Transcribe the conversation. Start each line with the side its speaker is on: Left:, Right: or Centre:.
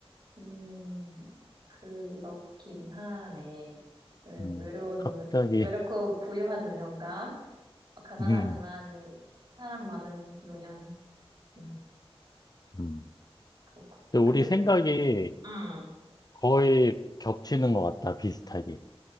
Right: 음, 그렇긴 하네. 외-
Left: 음,
Right: 외로운
Left: 갑자기,
Right: 노, 외롭고 부유한 노년과
Left: <laughs>
Right: 가난하지만
Left: 음,
Right: 사랑 많은 노년. 음.
Left: 음.
Right: 그렇군.
Left: 근데
Right: 아무튼,
Left: 우리 생각이
Right: 응,
Left: 거의 겹치는 것 같다, 비슷하게.